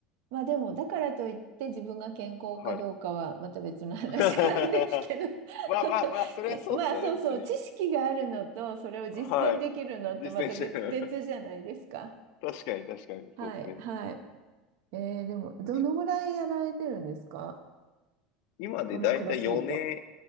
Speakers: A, on the right; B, on the left.
A: まあでも、だからといって自分が健康かどうかはまた別の話なんですけど
B: はい。<laughs> まあまあまあ、
A: <laughs>
B: それはそうっすよね、
A: じまあそうそう、
B: 別に。
A: 知識があるのと、それを実践できるのってまた別、
B: はい。実践してる。
A: 別じゃないですか。
B: <laughs> 確かに確かに、
A: はい、
B: そうですね。
A: はい。えーでも、どのぐらいやられてるんですか
B: 確かに今でだいたい4
A: このクロスフィット。